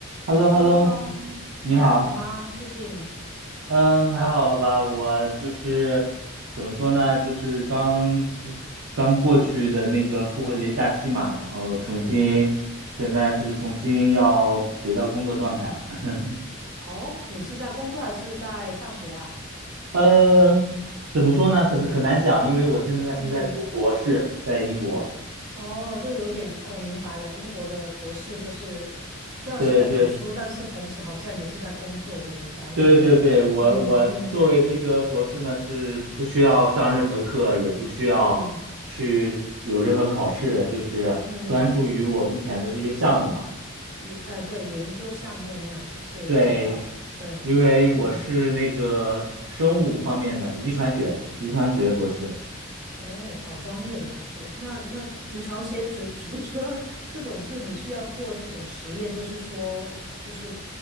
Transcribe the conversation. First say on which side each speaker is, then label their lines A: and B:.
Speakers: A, on the right; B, on the right.
A: h e l l o
B: h e
A: h
B: l
A: e
B: l
A: l
B: o
A: l
B: h
A: o
B: e l l o
A: 你好，
B: 你还好吗？最近，
A: 嗯，还好吧？我就是怎么说呢，就是刚之刚过去的那个复活节假期嘛，然后重新，
B: 嗯，
A: 现在是重新要回到工作状态了。<laughs>
B: 哦，你是在工作还是在上学啊？
A: 嗯，怎么说呢？很很难讲，因为我现在是在读博士，
B: 嗯，
A: 在英国。
B: 哦，就有点，哦，明白了。英国的博士就是虽然是在读书，
A: 对对，
B: 但是同时好像也是在工作。我明白，
A: 对对对，
B: 对，
A: 我我作为这个博士呢，
B: 嗯嗯
A: 是不需要上任何课，也不需要去有任何考试，
B: 嗯
A: 就是专注于我目前的这些项目嘛。
B: 嗯，研呃，对，研究项目那样子是，我知道，
A: 对，
B: 对，
A: 因为我是那个生物方面的遗传学，
B: 嗯。
A: 遗传学博士
B: 哦，好专业的感觉。那那遗传学主 <laughs> 主主要这种事，你是要做那种实验，就是说，就是